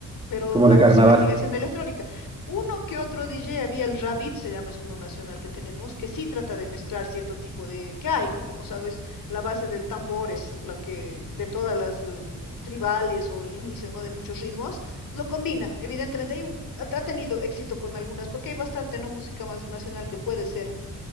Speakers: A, on the left; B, on the right.
A: pero
B: como
A: la
B: de carnaval.
A: música sigue siendo electrónica. Uno que otro DJ, había el Rabbit, se llama, es uno nacional que tenemos, que sí trata de mezclar cierto tipo de, que hay, ¿no? Como sabes, la base del tambor es la que, de todas las eh, tribales o el inicio, ¿no? De muchos ritmos, lo combina, evidentemente, hay un, ha ha tenido éxito con algunas, porque hay bastante, ¿no? Música más nacional que puede ser